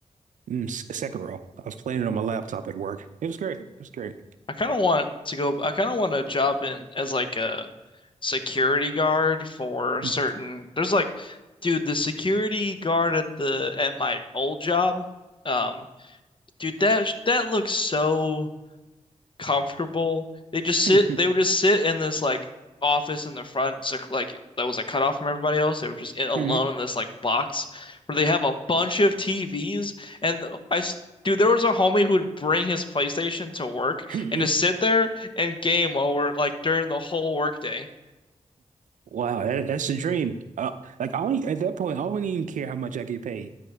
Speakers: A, on the right; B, on the left.
A: mm, S- Sekiro? I was playing it on my laptop at work. It was great. It was great.
B: I kind of want to go. I kind of want a job in as like a security guard for certain.
A: hmm
B: There's like, dude, the security guard at the at my old job. Um, dude, that that looks so comfortable. They just sit,
A: hmm
B: they would just sit in this like office in the front, so like that was like cut off from everybody else. They were just in, alone
A: hmm
B: in this like box where they have a bunch of TVs. And I, s- dude, there was a homie who would bring his PlayStation to work
A: hmm
B: and just sit
A: <laughs>
B: there and game over like during the whole workday,
A: Wow, that, that's a dream. Uh, like I only at that point, I wouldn't even care how much I get paid.